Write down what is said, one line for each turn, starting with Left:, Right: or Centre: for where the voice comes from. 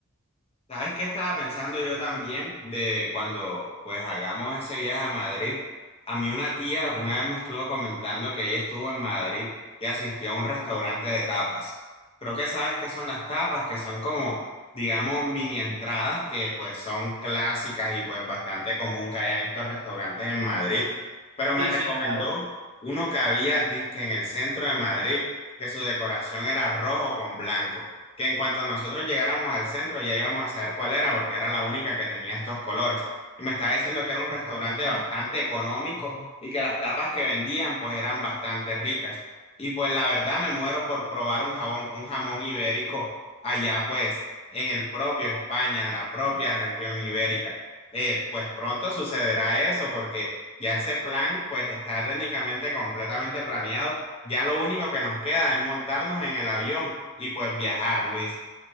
Left: ¿Sabes qué estaba pensando yo también de cuando pues hagamos ese viaje a Madrid? A mí una tía una vez me estuvo comentando que ella estuvo en Madrid y asistió a un restaurante de tapas. Creo que sabes qué son las tapas, que son como, digamos, mini entradas que pues son clásicas y pues bastante común que haya en estos restaurantes en Madrid. Pero me
Right: sí,
Left: recomendó
Right: sí, claro.
Left: uno que había, dizque en el centro de Madrid, que su decoración era rojo con blanco que en cuanto nosotros llegáramos al centro ya íbamos a saber cuál era, porque era la única que tenía estos colores. Y me estaba diciendo que era un restaurante bastante económico y que las tapas que vendían pues eran bastante ricas. Y pues la verdad me muero por probar un jabón, un jamón ibérico allá pues en el propio España, en la propia región ibérica. Eh, pues pronto sucederá eso porque ya ese plan pues está técnicamente completamente planeado. Ya lo único que nos queda es montarnos en el avión y pues viajar, Luis.